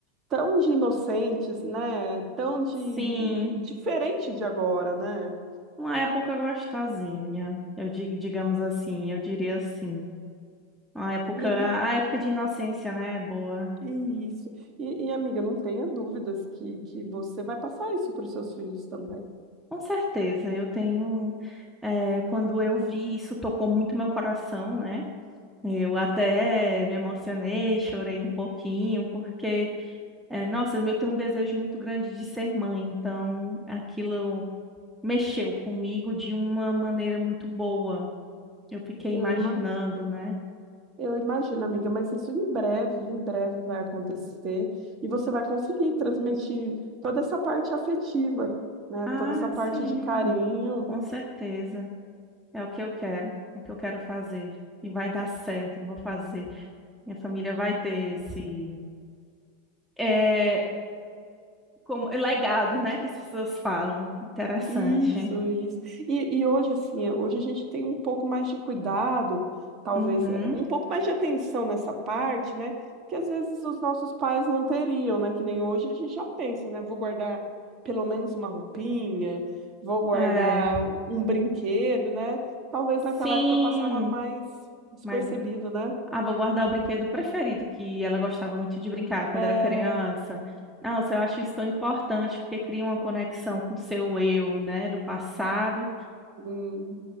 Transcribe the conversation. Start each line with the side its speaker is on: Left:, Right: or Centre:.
Right: tão de inocentes, né? Tão de
Centre: Sim,
Right: diferente de agora, né?
Centre: uma época gostosinha, eu digo, digamos assim, eu diria assim. Uma época,
Right: E, e-
Centre: a época de inocência, né? é Boa.
Right: e isso. E, e, amiga, não tenha dúvidas que, que você vai passar isso para os seus filhos também.
Centre: Com certeza, eu tenho. eh, quando eu vi isso, tocou muito meu coração, né? Eu até me emocionei, chorei um pouquinho, porque, eh, nossa, eu tenho um desejo muito grande de ser mãe, então aquilo mexeu comigo de uma maneira muito boa. Eu fiquei
Right: Eu
Centre: imaginando,
Right: imagino.
Centre: né?
Right: Eu imagino, amiga, mas isso em breve, em breve vai acontecer e você vai conseguir transmitir toda essa parte afetiva, né?
Centre: Ah,
Right: Toda essa parte
Centre: sim,
Right: de carinho,
Centre: com certeza. É o que eu quero, é o que eu quero fazer. E vai dar certo, eu vou fazer. Minha família vai ter esse. É, Como legado, né, que as pessoas falam. Interessante.
Right: Isso, isso. E, e hoje, assim, hoje a gente tem um pouco mais de cuidado, talvez,
Centre: Uhum.
Right: eh, um pouco mais de atenção nessa parte, né? Que às vezes os nossos pais não teriam, né? Que nem hoje a gente já pensa, né? Vou guardar pelo menos uma roupinha, vou guardar
Centre: É.
Right: um brinquedo, né? Talvez naquela
Centre: Sim,
Right: época passava mais despercebido,
Centre: mas
Right: né?
Centre: ah, vou guardar o brinquedo preferido que ela gostava muito de brincar quando
Right: É,
Centre: era criança. Nossa, eu acho isso tão importante porque cria uma conexão com o seu eu, né, do passado.
Right: hum,